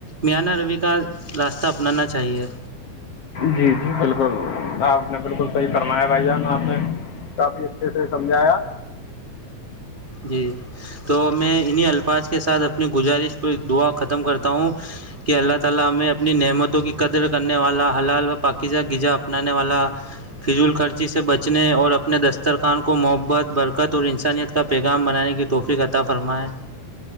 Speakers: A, on the right (about 30°); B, on the left (about 55°).
A: میاں نرمی کا راستہ اپنانا چاہیے
B: جی جی بالکل آپ نے بالکل صحیح فرمایا بھائی جان آپ نے کافی اچھے سے سمجھایا
A: جی تو میں انہیں الفاظ کے ساتھ اپنی گزارش پہ دعا ختم کرتا ہوں کہ اللہ تعالی ہمیں اپنی نعمتوں کی قدر کرنے والا حلال و پاکیزہ غزا اپنانے والا فضول خرچی سے بچنے اور اپنے دسترخان کو محبت برکت اور انسانیت کا پیغام بنانے کی توفیق عطا فرمائیں